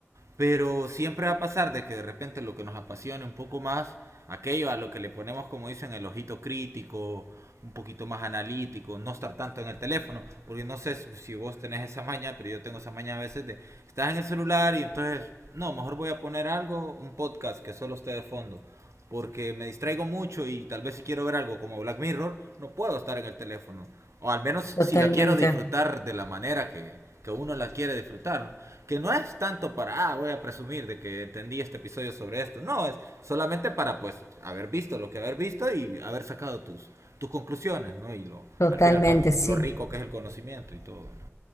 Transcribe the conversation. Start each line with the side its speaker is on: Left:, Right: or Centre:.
Right: Pero siempre va a pasar de que de repente lo que nos apasione un poco más, aquello a lo que le ponemos, como dicen, el ojito crítico, un poquito más analítico, no estar tanto en el teléfono, porque no sé si si vos tenés esa maña, pero yo tengo esa maña a veces de estás en el celular y entonces, no, mejor voy a poner algo, un podcast que solo esté de fondo, porque me distraigo mucho y tal vez si quiero ver algo como Black Mirror, no puedo estar en el teléfono, o al menos
Left: Totalmente,
Right: si la quiero disfrutar de la manera que, que uno la quiere disfrutar, ¿no? que no es tanto para, ah, voy a presumir de que entendí este episodio sobre esto. No, es solamente para, pues, haber visto lo que haber visto y haber sacado tus, tus conclusiones, ¿no? Y lo,
Left: totalmente,
Right: al fin y al cabo,
Left: sí.
Right: lo rico que es el conocimiento y todo, ¿no?